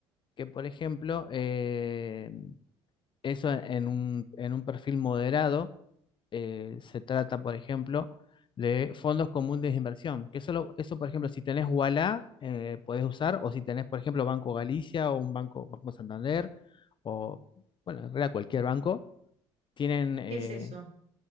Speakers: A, on the left; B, on the right.
A: que por ejemplo, eh, eso en un, en un perfil moderado. eh, se trata, por ejemplo, de fondos comunes de inversión, que solo, eso, por ejemplo, si tenés Ualá, eh, podés usar, o si tenés, por ejemplo, Banco Galicia o un banco, Banco Santander, o, bueno, en realidad cualquier banco, tienen eh,
B: ¿Qué es eso?